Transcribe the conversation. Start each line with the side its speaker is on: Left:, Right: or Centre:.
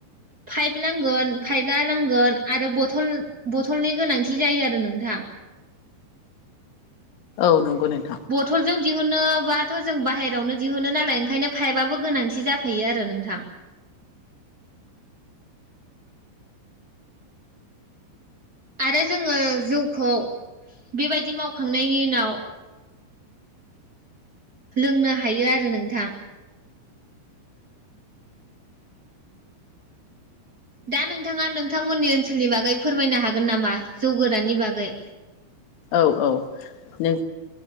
Right: पाइप नांगोन पाइपआ नांगोन आरो बथल बथलनि गोनांथि जायो आरो नोंथां
Left: औ नंगौ नोंथां
Right: बथलजों दिहुनोबाथ' जों बायेरावनो दिहुनो नालाय ओंखायनो फाइपआबो गोनांथि जाखायो आरो नोंथां आरो जोङो जौखौ बेबायदि मावखांनायनि उनाव लोंनो हायो आरो नोंथां दा नोंथाङा नोंथांमोननि ओनसोलनि बागै फोरमायनो हागोन नामा जौगोरानि बागै
Left: औ औ नों